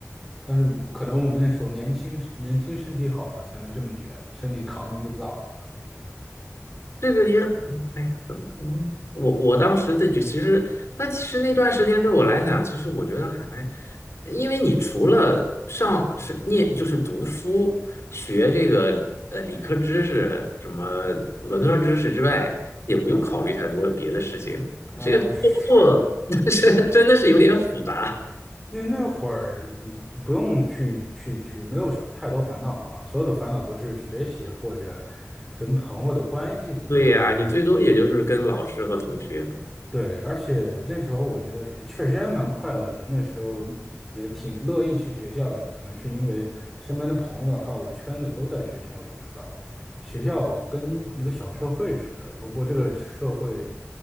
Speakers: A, in the centre; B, on the left.
A: 但是可能我们那时候年轻，年轻身体好吧，才能这么卷，身体扛得住造。
B: 这个也，哎呀，怎么说？我我当时这就其实，但其实那段时间对我来讲，其实我觉得还，因为你除了上是念就是读书学这个呃理科知识什么文科知识之外，也不用考虑太多别的事情。
A: 嗯、
B: 这个工作
A: 是的
B: <laughs> 是真的是有点复杂。
A: 那那会儿嗯不用去去去，没有什么太多烦恼吧，所有的烦恼都是学习或者跟朋友的关系怎么。
B: 对呀，
A: 怎么样。
B: 你最多也就是跟老师和同学。
A: 对，而且那时候我觉得确实也蛮快乐的，那时候也挺乐意去学校的，可能是因为身边的朋友还有圈子都在学校里面吧。学校跟一个小社会似的，不过这个社会